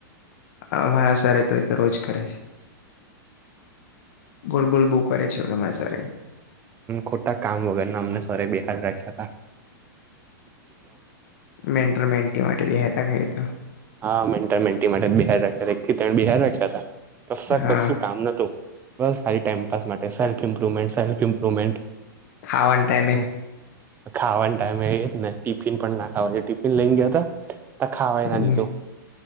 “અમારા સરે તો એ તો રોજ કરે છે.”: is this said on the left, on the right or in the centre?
Left